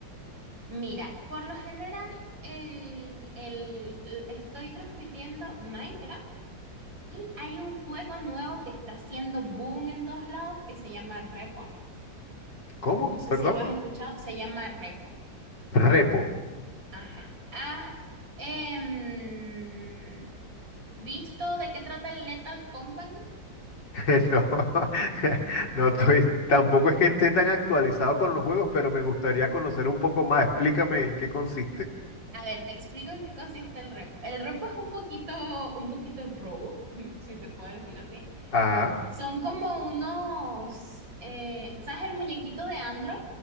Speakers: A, on the right; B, on the left.
A: Mira, por lo general eh, el- el- estoy transmitiendo Minecraft y hay un juego nuevo que está haciendo boom en todos lados que se llama Repo.
B: ¿Cómo?
A: No sé
B: Perdón.
A: si lo has escuchado, se llama Repo.
B: Repo.
A: Ajá. ¿Has em, visto de qué trata el Lethal Company?
B: <laughs> No, <laughs> no estoy, tampoco es que esté tan actualizado con los juegos, pero me gustaría conocer un poco más. Explícame en qué consiste.
A: A ver, te explico en qué consiste el repo. El repo es un poquito, un poquito robo, <laughs> si se puede decir así
B: Ajá,
A: Son como unos, eh, ¿sabes el muñequito de Android?